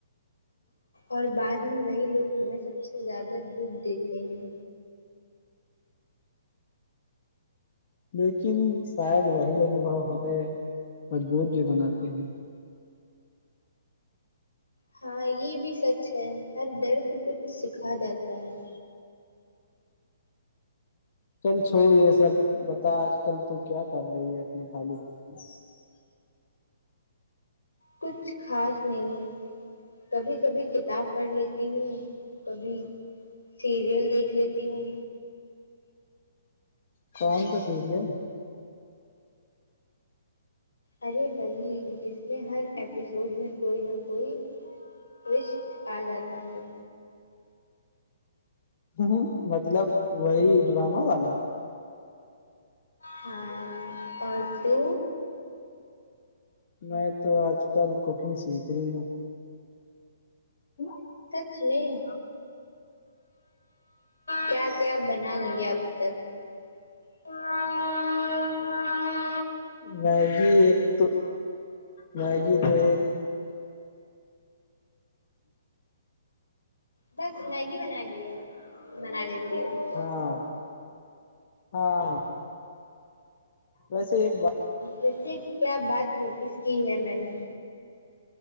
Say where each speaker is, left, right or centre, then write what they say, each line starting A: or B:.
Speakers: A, on the left; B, on the left.
A: اور بعد میں وہی لوگ ہمیں سب سے زیادہ دکھ دیتے ہیں
B: لیکن شاید وہی ان انوبھو ہمیں مضبوط بھی بناتے ہیں
A: ہاں یے بھی سچ ہے ہر درد کچھ سکھا جاتا ہے
B: چل چھوڑ یےسب بتا آج کل تو کیا کر رہی ہے اپنے خالی میں
A: کچھ خاص نہیں کبھی کبھی کتاب پڑھ لیتی ہوں کبھی سیریل دیکھ لیتی ہوں
B: کونسا سیریل
A: ارے وہی جس میں ہر ایپیسوڈ میں کوئی نہ کوئی ٹویسٹ آ جاتا ہے
B: ہ مطلب وہی ڈرامہ والا
A: ہ اور تو
B: میں تو آج کل کوکنگ سیکھ رہی ہوں <unintelligible>
A: کچھ نہیں کیا کیا بنا لیا اب تک <inaudible>
B: میگی ایک تو میگی تو ایک
A: بس میگی بنا لییا بنا لیتی ہو
B: ہاں ہاں ویسے ایک بات
A: ویسے کیا بات نوٹس کی ہے میں نے